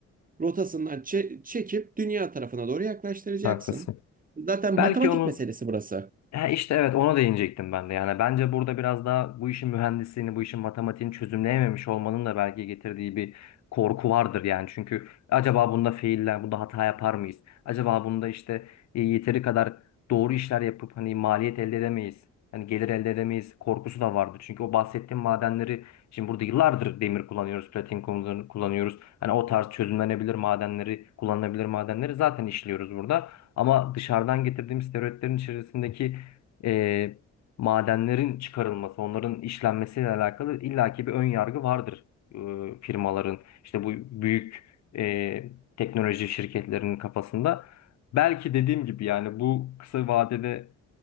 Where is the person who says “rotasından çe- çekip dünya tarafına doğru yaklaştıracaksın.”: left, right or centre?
Right